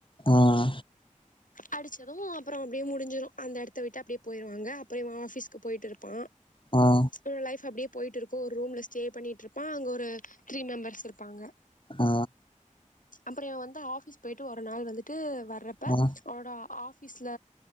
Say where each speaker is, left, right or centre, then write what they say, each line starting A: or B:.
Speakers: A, on the left; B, on the left.
A: உம்
B: அடிச்சதும் அப்பறோ அப்டியே முடிஞ்சிரு. அந்த இடத்த விட்டு அப்டியே போயிருவாங்க. அப்பறோ இவ ஆபீஸ்கு போயிட்டிருப்பா.
A: ம்
B: உ லைப் அப்டியே போய்ட்டிருக்கு. ஒரு ரூம்ல ஸ்டே பண்ணிட்டு இருப் ப்பா அங்க ஒரு த்ரீ மெம்பர்ஸ் இருப்பாங்க.
A: ஆ
B: அப்பறோ இவ வந்து ஆபீஸ் போயிட்டு ஒரு நாள் வந்துட்டு வர்றப்ப
A: ம்
B: அவனோட ஆபீஸ்ல